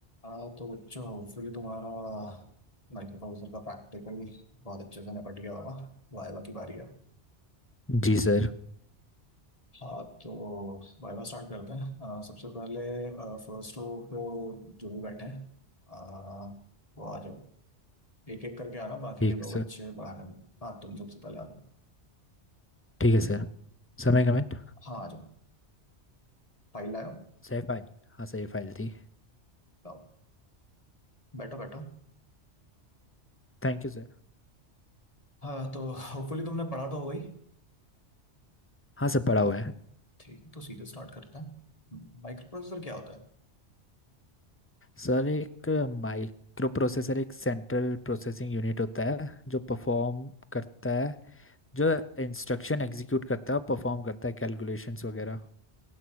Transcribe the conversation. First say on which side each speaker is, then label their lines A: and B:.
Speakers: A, on the left; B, on the left.
A: हाँ तो बच्चों फिर तुम्हारा माइक्रोप्रोसेसर का प्रैक्टिकल बहुत अच्छे से निपट गया होगा वाइवा की बारी है
B: जी sir
A: हाँ तो वाइवा स्टार्ट करते हैं अ, सबसे पहले फर्स्ट रो पे जो भी बैठे हैं अ, वो आ जाओ एक एक करके आना बाकी
B: ठीक
A: के
B: है
A: दो
B: sir
A: बच्चे बाहर हैं हाँ तुम सबसे पहले आ जाओ
B: ठीक है सर समय कमेंट
A: हाँ आ जाओ फाइल लाओ
B: सही फाइल हाँ सही फाइल थी
A: लाओ बैठो बैठो
B: Thank you sir
A: हाँ तो होपफुली तुमने पढ़ा तो होगा ही
B: हाँ सर पड़ा हुआ है
A: ठीक है तो सीधे स्टार्ट करते हैं माइक्रो प्रोसेसर क्या होता है
B: सर एक माइक्रो प्रोसेसर एक सेंट्रल प्रोसेसिंग यूनिट होता है जो परफॉर्म करता है जो इंस्ट्रक्शन एग्जीक्यूट करता है और परफॉर्म करता है कैलकुलेशंस वगैरह